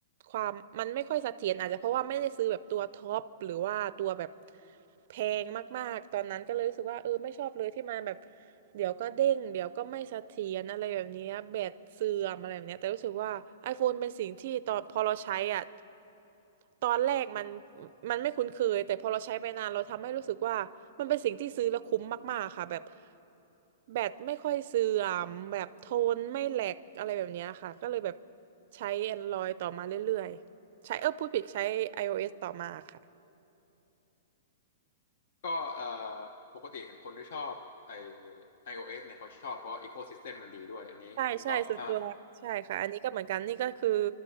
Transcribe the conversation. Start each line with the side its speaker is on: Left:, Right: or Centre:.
Right: ความมันไม่ค่อยเสถียรอาจจะเพราะว่าไม่ได้ซื้อแบบตัวท็อปหรือว่าตัวแบบแพงมากๆตอนนั้นก็เลยรู้สึกว่าเออไม่ชอบเลยที่มันแบบเดี๋ยวก็เด้งเดี๋ยวก็ไม่เสถียรอะไรแบบนี้แบตเสื่อมอะไรแบบเนี้ยแต่รู้สึกว่า iPhone เป็นสิ่งที่ตอนพอเราใช้อ่ะ ตอนแรกมันมันไม่คุ้นเคยแต่พอเราใช้ไปนานเราทำให้รู้สึกว่ามันเป็นสิ่งที่ซื้อแล้วคุ้มมากๆค่ะแบบแบตไม่ค่อยเสื่อมแบบโทนไม่แหลกอะไรแบบเนี้ยค่ะก็เลยแบบใช้ Android ต่อมาเรื่อยๆใช้เออพูดผิดใช้ iOS ต่อมาค่ะ
Left: ก็เอ่อปกติเห็นคนที่ชอบไอ iOS เนี่ยเขาชอบเพราะอีโ ecosystem มมันดีด้วยอันนี้คุณต่ออ่า
Right: ใช่ใช่ส่วนตัวใช่ค่ะอันนี้ก็เหมือนกันนี่ก็คือ